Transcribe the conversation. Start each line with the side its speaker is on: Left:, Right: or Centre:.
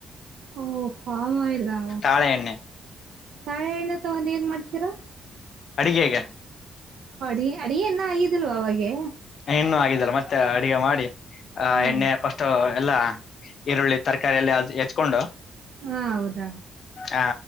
Right: ಓ ಪಾಮಆಯಿಲ್ ಆ
Left: ತಾಳೆ ಎಣ್ಣೆ
Right: ತಾಳೆ ಎಣ್ಣೆ ತಗೊಂಡ ಏನ್ ಮಾಡ್ತೀರಾ
Left: ಅಡಿಗೆಗೆ
Right: ಅಡಿಗೆ ಇನ್ನ ಆಗಿದ್ಲ ಅವಾಗೆ
Left: ಇನ್ನೂ ಆಗಿದಲ್ಲ ಮತ್ತೆ ಅಡಿಗೆ ಮಾಡಿ ಆ
Right: ಹಾ
Left: ಎಣ್ಣೆ ಫಸ್ಟ ಎಲ್ಲ ಈರುಳ್ಳಿ ತರಕಾರಿಯ ಎಲ್ಲ ಅ ಹೆಚ್ಕೊಂಡು
Right: ಹಾ ಹೌದ
Left: ಆ